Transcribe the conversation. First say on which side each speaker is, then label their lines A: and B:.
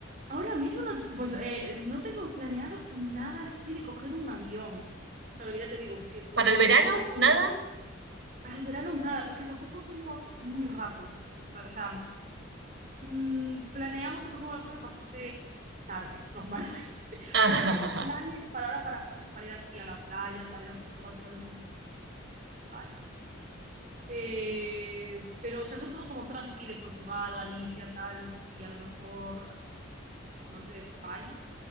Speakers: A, on the right; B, on the right.
A: ahora mismo no, pues, eh, no tengo planeado nada así de coger un avión. Claro que ya te digo, es que el
B: ¿Para
A: último
B: el verano?
A: así de un avión
B: ¿Nada?
A: lo, para el verano nada, porque tampoco somos muy rápidos nosotros. O sea, mm, planeamos y cogemos las cosas bastante tarde, normalmente. <laughs>
B: <laughs>
A: O sea, ya tengo planes
B: Ah,
A: para ahora, para junio, para ir aquí a la playa, para ir a Portugal probablemente en junio, quiero un festival. Eh, pero, o sea, son todo como zonas aquí de Portugal, Galicia, tal, y a lo mejor así como norte de España.